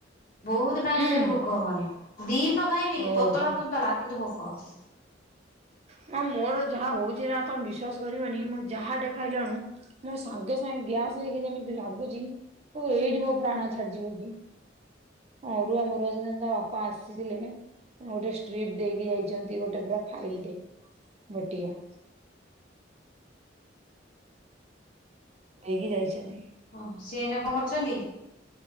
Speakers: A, on the left; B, on the right.
A: ବହୁତ ଟାଇମ
B: ହୁଁ
A: ସାରି ଭୋକ ହବନି। ଦୀପ୍ ଖାଇବି
B: ଓହୋ।
A: ପତଳା ପତଳା କିନ୍ତୁ ବହୁ କହ?
B: ହଁ ମୋର ଯାହା ହଉଛିନା ତମେ ବିଶ୍ଵାସ କରିବନି ମୁଁ ଯାହା ଟେ ଖାଇଲାଣୁ ମୋର ସାଙ୍ଗେସାଙ୍ଗେ ଗ୍ୟାସ୍ ହେଇକି ଯେମିତି ଲାଗୁଛି ଏଇଠି ମୋ ପ୍ରାଣ ଛାଡିଯିବ କି ଅରୁଆ ମରୁଆ ସିନା ତା ବାପା ଆସିଥିଲେ ଗୋଟେ ଷ୍ଟ୍ରିପ୍ଟ ଦେଇକି ଯାଇଛନ୍ତି ଗୋଟେ ପୁର ଫାଇଲଟେ। ବଟିକା ଦେଇକି ଯାଇଛନ୍ତି।
A: ଓ ସିଏ ଇନା କଣ କରୁଛନ୍ତି?